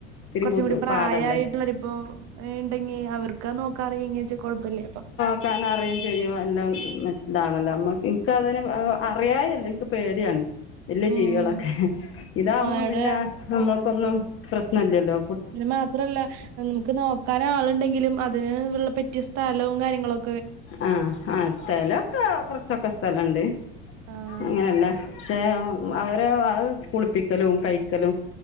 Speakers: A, on the left (about 40°); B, on the right (about 55°).
A: ഇത്തിരി
B: കുറച്ചും കൂടി പ്രായമായിട്ടുള്ളവരിപ്പോ
A: പാടല്ലേ
B: ഇണ്ടെങ്ങി അവർക് നോക്കാൻ അറിയന്ന് വെച്ചാൽ കുഴപ്പല്ലാ ഇപ്പൊ
A: ക്കൻ അറിയയും ചെയ്യും എല്ലാം ഇതാണല്ലോ നമ്മക്ക്, എനിക്ക്, അതിന് അറിയാ ഴിയല്ല, എനിക്ക് പേടിയാണ്. വലിയ
B: ഉം
A: ജീവികളൊക്കെ, ഇതാവുമ്പോ
B: അവിടെ
A: പിന്നെ നമ്മൾക്കൊന്നും പ്രശ്ന ഇല്ലല്ലോ.
B: അത് ന് മാത്രല്ല നമുക്ക് നോക്കാൻ ആളുണ്ടെങ്കിലും അതിന് ഉള്ള പറ്റിയ സ്ഥലവും കാര്യങ്ങളും
A: ആഹ് ആഹ് സ്ഥലൊക്കെ കുറച്ചൊക്കെ സ്ഥലണ്ട്
B: ആഹ്
A: അങ്ങനെയല്ല പക്ഷെ അവര് അഹ് കുളിപ്പിക്കലും കഴി ക്കലും